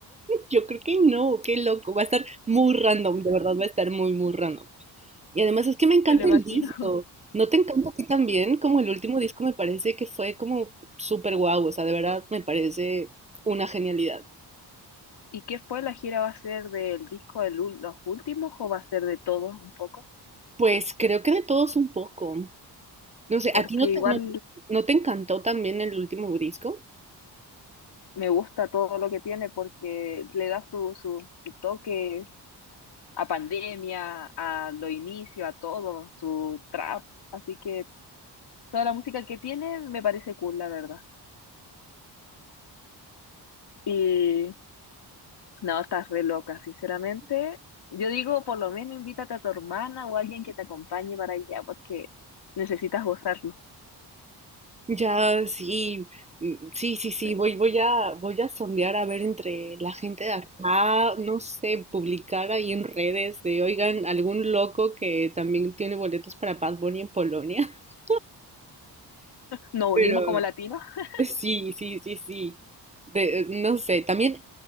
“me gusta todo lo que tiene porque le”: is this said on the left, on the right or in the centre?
Left